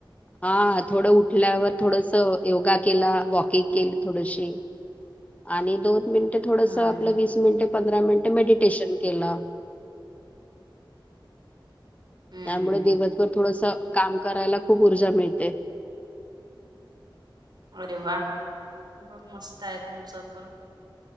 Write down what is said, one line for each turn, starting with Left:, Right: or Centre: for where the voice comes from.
Left: हा, थोडं उठल्यावर थोडस योगा केला, वॉकिंग केली थोडशी. आणि दोन मिनिट थोडसं
Right: हम्म
Left: आपल वीस मिनिटे, पंधरा मिनिटे मेडिटेशन केलं.
Right: हम्म
Left: त्यामुळे
Right: हम्म
Left: दिवसभर
Right: हम्म
Left: थोडसं काम करायला खूप ऊर्जा मिळते.
Right: अरे वा! बरं मस्त आहे तुमचं तर